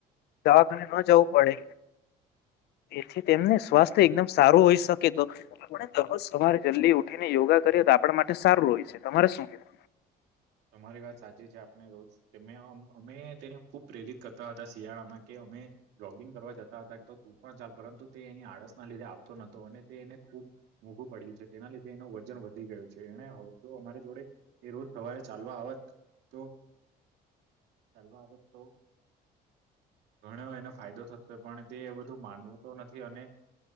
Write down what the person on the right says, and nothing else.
તમારી વાત સાચી છે આપણે રોજ અમે તેને ખુબ પ્રેરિત કરતા હતા શિયાળામાં કે તમે જોગિંગ કરવા જતા હતા તું પણ ચાલ પરંતુ તે એની આળસ ના લીધે આવ નતો અને તે એને ખૂબ મોંઘું પડ્યું છે તેના લીધે એનો વજન વધી ગયો છે એને જો અમારી જોડે એ રોજ થવાય ચાલવા આવત તો ચાલ તો ઘણો એનો ફાયદો થતો હોય પણ તે બધ માનવું તો નથી અને